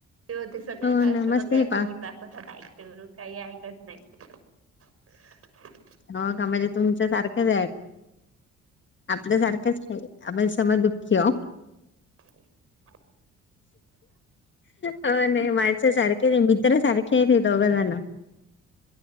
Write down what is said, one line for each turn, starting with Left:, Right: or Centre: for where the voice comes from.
Right: ते होते सगळ्यांना
Left: हो ना
Right: सगळ्यां
Left: मस्त हे पा
Right: समोर दाखवतात ऐकते म्हणुन काही ऐकत नाही. <inaudible>
Left: हो का म्हणजे तुमच सारखंच आहे. आपल्या सारखंच नाही आपण सम दुःखी हो
Right: <inaudible>
Left: अ नाही माणस सारखेच मित्र सारखे खती तोघ जा ना <unintelligible>